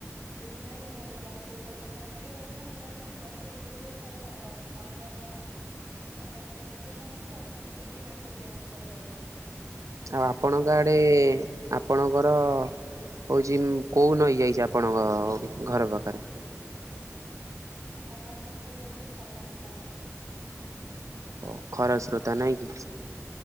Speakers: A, on the right; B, on the right.
A: ସେଥିପାଇଁ ଭଲ ଚାଷ ହୁଏ, କାରଣ ପ୍ରତି ବର୍ଷ ନିହାତି ବର୍ଷେ ଦି ବର୍ଷରେ ଥରେ ବା-ବା ବନ୍ୟା ପାଣି ଆସେ, ବନ୍ୟା ପାଣି ଆସିବ ମାନେ ସେ ଅଟୋମେଟିକଲି ମାଟି ଚେଞ୍ଜ୍ କରିଦବ। ସେଥିପାଇଁ
B: ଆଉ ଆପଣଙ୍କ
A: ଭଲ
B: ଆଡେ
A: ହୁଏ।
B: ଆପଣଙ୍କ ରଅ-ଅ ହଉଛି କୋଉ ନଈ ଯାଇଛି ଆପଣଙ୍କଅ-ଅ-ଅ ଘର ପାଖରେ?
A: ଆମ ଘର ପାଖରେ ଯାଇଛି ଖରସ୍ରୋତା ନଈ।
B: ଓ ଖରାସ୍ରୋତା ନାଇଁ କି?